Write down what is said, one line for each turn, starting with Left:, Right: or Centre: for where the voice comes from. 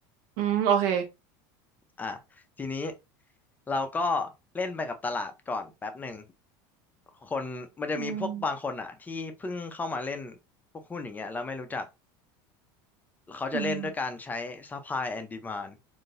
Right: อืม โอเค
Left: อ่ะทีนี้เราก็เล่นไปกับตลาดก่อนแป๊บหนึ่งคนมันจะมีพวกบางคนอ่ะที่เพิ่งเข้ามาเล่น
Right: อืม
Left: พวกหุ้นอย่างเงี้ยแล้วไม่รู้จักเขาจะเล่นด้วยการใช้
Right: อืม
Left: supply and demand